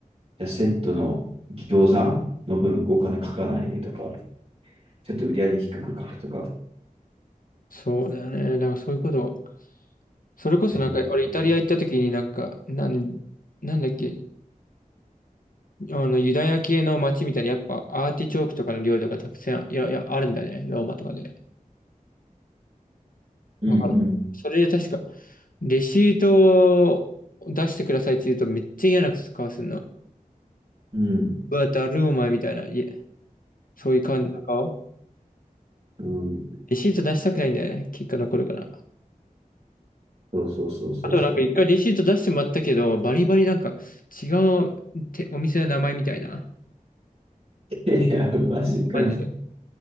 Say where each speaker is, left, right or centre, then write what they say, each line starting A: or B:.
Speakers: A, on the right; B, on the left.
A: じゃセットの餃子の分お金書かないでとか、ちょっと売り上げ低く書くとか。
B: そうだよね。なんかそういうこと。それこそなんか、
A: うん、
B: 俺イタリア行った時になんか、なん、なんだっけ、あの、ユダヤ系の街みたいに、やっぱアーティチョークとかの料理とかたくさん、いや、いや、あるんだね。ローマとかで。
A: うん、
B: わかる。それで確か、レシートを出してくださいって言うとめっちゃ嫌な顔するの。
A: うん、
B: うわ、だるお前みたいな、いえ、そういう感じの顔。
A: うん。
B: レシート出したくないんだよね。結果残るから。
A: そうそうそうそうそ
B: あとなんか一回レシート出してもらったけど、バリバリなんか違うてお店の名前みたいな。
A: う。<laughs> いや、マジかよ。
B: マジで。